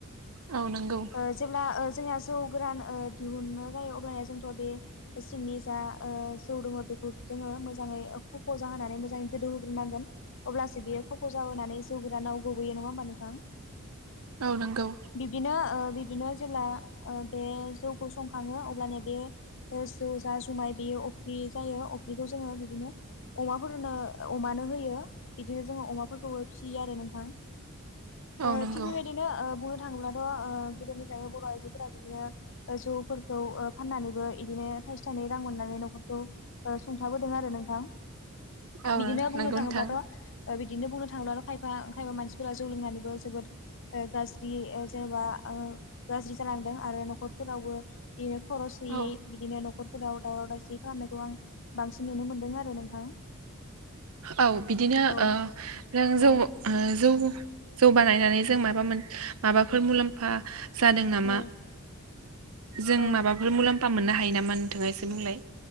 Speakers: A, on the right; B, on the left.
A: औ नंगौ
B: ओह जेब्ला ओ जोंया जौ गोरान दिहुन्नो जायो अब्लाहाय जोंथ' बे सिंनि जा ओह जौ दङ बेखौ जोङो मोजाङै खफ' जाहोनानै मोजाङै गोदौ होग्रोनांगोन। अब्लासो बियो खख' जाबोनानै जौ गोरानाव गोबोैयो नङा होमबा नोंथां
A: औ नंगौ
B: बिदिनो ओ बिदिनो जेब्ला ओह बे जौखौ संखाङो अब्लानिया बेयो ओह जौ जा जुमाय बेयो अफ फख्रि जायो अफ्रिखौ जोङो बिदिनो अमाफोरनो अमानो होयो बिदिनो जोङो अमाफोरखौबो फियो आरो नोंथां
A: औ
B: ओह
A: नंगौ
B: थिग बेबायदिनो ओह बहुत थाङोब्लाथ' ओह गोदोनिफ्रायनो बर' आइजोफोरा बिदिनो जौफोरखौ ओह फाननानैबो इदिनो थाइसे थाइनै रां मोननानै न'खरखौ ओह सुंथाबोदों आरो नोंथां
A: औ
B: बिदिनो
A: नंगौ
B: बुंनो
A: नोंथां
B: थाङोब्लाथ' बिदिनो बुंनो थाङोब्लाथ' खायफा बायाव मानसिफोरा जौ लोंनानैबो जोबोद ओ गाज्रि ओ जेनेबा ओ गाज्रि जालांदों आरो न'खरफोरावबो बेनो खरस बि
A: औ
B: बिदिनो न'खरफोराव दावराव दावसि खालामनायखौ आं बांसिन नुनो मोनदों आरो नोंथां।
A: औ बिदिनो
B: औ
A: ओ नों
B: औ
A: जौ ओ जौ जौ बानायनानै जों माबा मोन माबाफोर मुलाम्फा जादों नामा
B: औ
A: जों
B: औ
A: माबाफोर मुलाम्फा मोननो हा हायो नामा नोंथाङासे बुंलाय।